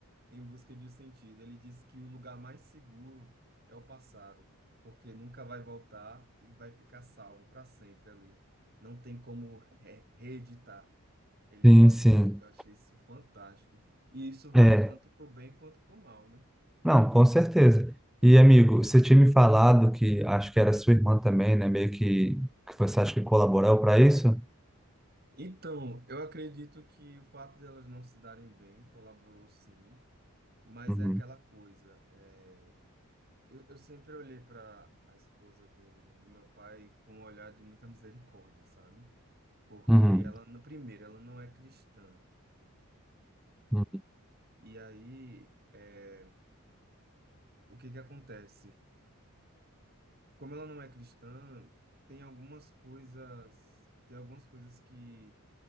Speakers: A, on the right; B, in the centre.
A: Em busca de um sentido. Ele diz que o lugar mais seguro é o passado, porque nunca vai voltar e vai ficar salvo para sempre ali. Não tem como re- reeditar. Ele
B: Sim,
A: falando,
B: sim.
A: eu achei isso fantástico. E isso vale
B: É,
A: tanto para o bem quanto para o mal, né?
B: não, com certeza. E, amigo, você tinha me falado que acho que era sua irmã também, né? Meio que, que você acha que colaborou para isso?
A: Então, eu acredito que o fato de elas não se darem bem colaborou sim, mas
B: Uhum.
A: é aquela coisa. é, Eu, eu sempre olhei para a esposa do, do meu pai com um olhar de muita misericórdia, sabe? Porque
B: Uhum.
A: ela, na- primeiro, ela não é cristã.
B: Uhum.
A: E aí, é, o que que acontece? Como ela não é cristã, tem algumas coisas, tem algumas coisas que